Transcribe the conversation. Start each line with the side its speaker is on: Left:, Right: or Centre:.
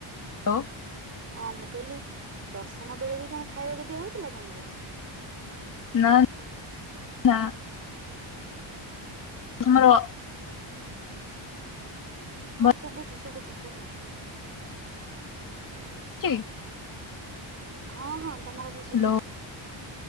Left: ଲୋ।
Right: ହଁ ମୁଁ କହିଲି ଦଶମ ବେଳେ ବି କଣ ଖାଇବାକୁ ଦିଆ ହଉଥିଲା ତମର?
Left: ନା। ଟ୍ରା। ତମର
Right: ହଁ
Left: ଭଏସ
Right: ଶୁଭୁଚି ଶୁଭୁଚି କୁହ।
Left: ଚି
Right: ହଁ -ହଁ ତମ କଥା
Left: ହ୍ୟାଲୋ
Right: ଶୁଭୁଚି।